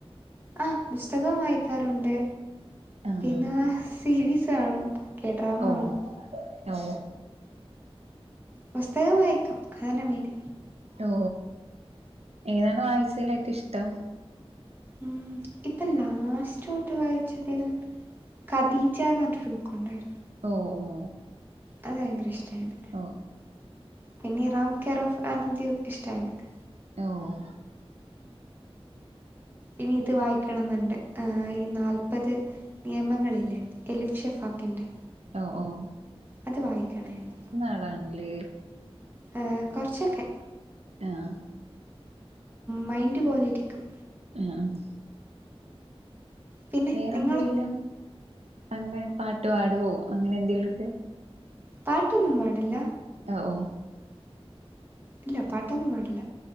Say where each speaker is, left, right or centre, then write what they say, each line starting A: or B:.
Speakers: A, on the right (about 20°); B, on the right (about 85°).
A: ആഹ് പുസ്തകം വായിക്കാറുണ്ട്
B: ആഹ്
A: പിന്നെ സീരീസ് കാണും കെ ഡ്രാമ
B: ഓ
A: കാണും
B: ഓ
A: പുസ്തകം വായിക്കും അതന്നെ മെയിന്
B: ഓ ഏതാണ് വായിച്ചയില് ഇഷ്ടം
A: ഉം ഇപ്പൊ ലാസ്റ്റ് തോട്ട് വായിച്ചതിൽ കദീജ എന്ന പറഞ്ഞൊരു ബുക്കുണ്ടായിരുന്നു
B: ഓഹ് ഓഹ്
A: അത് ഭയങ്കര ഇഷ്ടമാണ്
B: ഓ
A: പിന്നെ റാം കെയർ ഓഫ് ആനന്ദ ഇഷ്ടമായിമാണ്
B: ഓഹ്
A: ഇനി ഇത് വായിക്കണമെന്നുണ്ട് ഈ നാല്പത് നിയമങ്ങളില്ലേ എലിഫ് ഷഫാക്കിൻ്റെ
B: ഓഹ് ഓഹ്
A: അത് വായിക്കണായിരുന്നു
B: ആളാണല്ലേ
A: ഏ കുറച്ചൊക്കെ
B: ആഹ്
A: മൈൻഡ് പോലെ ഇരിക്കും
B: ആഹ് ആഹ്
A: പിന്നെ
B: വേറെന്തെങ്കിലും
A: നിങ്ങളോ
B: അങ്ങനെ പാട്ട് പാടുവോ അങ്ങനെ എന്തെലുമക്കെ
A: പാട്ടൊന്നും പാടില്ല
B: ഓഹ്
A: ഇല്ല പാട്ടൊന്നും പാടില്ല